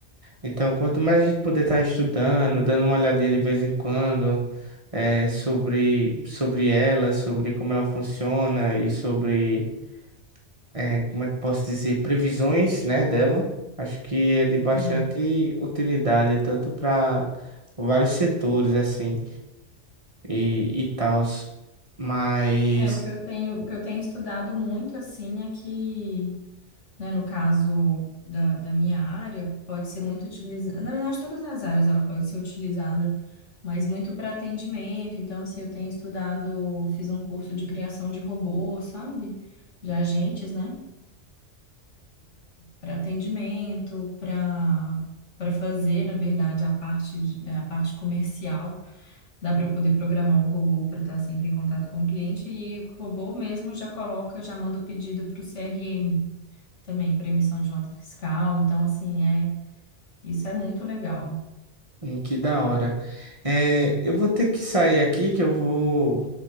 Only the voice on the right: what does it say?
Então, quanto mais a gente puder estar estudando, dando uma olhadinha de vez em quando, eh, sobre, sobre ela, sobre como ela funciona e sobre, eh, como é que posso dizer, previsões, né, dela, acho que é de bastante
utilidade, tanto para vários setores, assim, e, e tal. Mas.
Hum, Que da hora. É, eu vou ter que sair aqui, que eu vou.